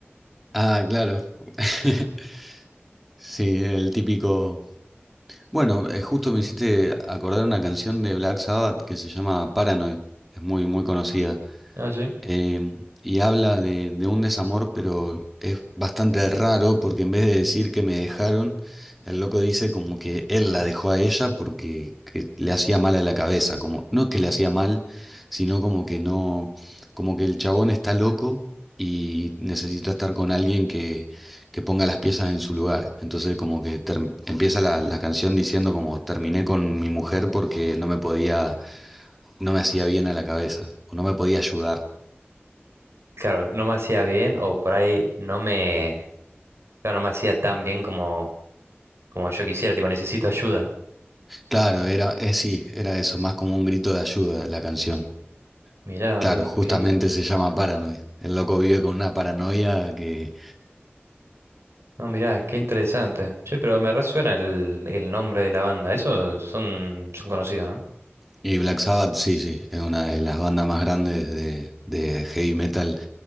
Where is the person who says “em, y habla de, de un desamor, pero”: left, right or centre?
Centre